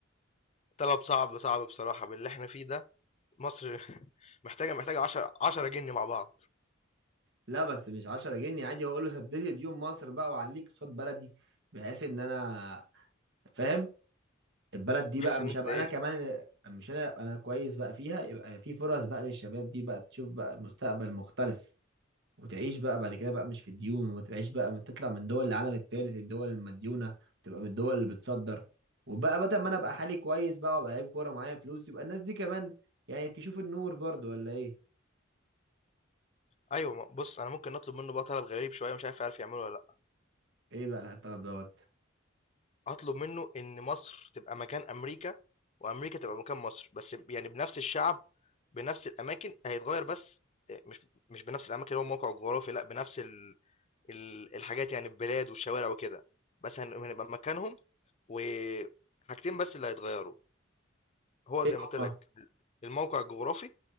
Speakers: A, on the left; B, on the right.
A: طلب صعب صعب بصراحة باللي احنا فيه ده مصر <laughs> محتاجة محتاجة 10 10 جني مع بعض
B: لا بس مش 10 جنيه عادي هقول له سدد لي ديون مصر بقى وعليك صوت بلدي بحيث ان انا فاهم البلد دي
A: بحيث
B: بقى مش
A: ان انت
B: هبقى
A: ايه
B: انا كمان اللي- مش انا أبقى انا كويس بقى فيها يبقى في فرص بقى للشباب دي بقى تشوف بقى مستقبل مختلف وتعيش بقى بعد كده بقى مش في الديون وتعيش بقى من- تطلع من دول العالم الثالث الدول المديونة تبقى من الدول اللي بتصدر وبقى بدل ما انا ابقى حالي كويس بقى وابقى لعيب كورة ومعايا فلوس يبقى الناس دي كمان يعني تشوف النور برضو ولا ايه
A: ايوه ما- بص انا ممكن نطلب منه بقى طلب غريب شوية مش عارف يعرف يعمله ولا لا
B: ايه بقى الطلب دوت
A: هطلب منه ان مصر تبقى مكان امريكا وامريكا تبقى مكان مصر بس يعني بنفس الشعب بنفس الاماكن هيتغير بس إيه، مش مش بنفس الاماكن اللي هو موقع جغرافي لا بنفس ال... ال... الحاجات يعني البلاد والشوارع وكده بس هن- هنبقى مكانهم وحاجتين بس اللي هيتغيروا هو
B: ايه
A: زي ما قلت
B: هم
A: لك الموقع الجغرافي